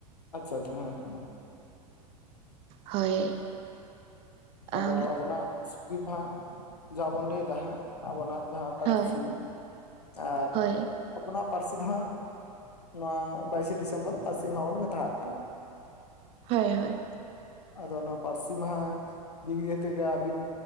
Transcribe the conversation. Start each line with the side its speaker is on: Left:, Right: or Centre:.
Left: <unintelligible>
Right: ᱦᱳᱭ
Left: ᱟᱫᱚ
Right: ᱟᱢ
Left: ᱟᱵᱚᱱᱟᱜ ᱤᱥᱠᱤᱯ ᱦᱟᱸᱜ ᱡᱟ ᱵᱚᱱ ᱞᱟᱹᱭ ᱮᱫᱟ ᱦᱟᱸᱜ ᱟᱵᱚᱱᱟᱜ ᱡᱟᱦᱟᱸᱼᱼ ᱯᱟᱹᱨᱥᱤ
Right: ᱦᱳᱭ
Left: ᱟᱨ
Right: ᱦᱳᱭ
Left: ᱟᱵᱚᱱᱟᱜ ᱯᱟᱹᱨᱥᱤ ᱫᱚ ᱦᱟᱸᱜᱼᱼ ᱱᱚᱣᱟ ᱵᱟᱭᱥᱤ <unintelligible> ᱫᱚ ᱯᱟᱹᱨᱥᱤ ᱢᱟᱦᱟ ᱵᱚᱱ ᱢᱮᱛᱟᱜ ᱠᱟᱱᱟ
Right: ᱦᱳᱭ ᱦᱳᱭ
Left: ᱟᱫᱚ ᱚᱱᱟ ᱯᱟᱹᱨᱥᱤ ᱢᱟᱦᱟᱼᱼ ᱫᱤᱜ ᱫᱤᱭᱮ ᱛᱮ ᱜᱮ ᱟᱹᱵᱤᱱ